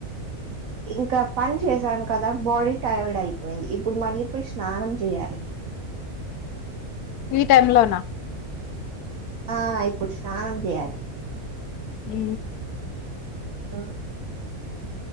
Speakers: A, on the right; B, on the left.
A: ఇంకా పని చేసాను కదా బాడీ టైర్డ్ అయిపోయింది ఇప్పుడు మళ్ళీ పోయి స్నానం జేయ్యాలి
B: ఈ టైమ్ లోనా
A: ఆ ఇప్పుడు స్నానం చేయాలి
B: ఉ
A: ఆ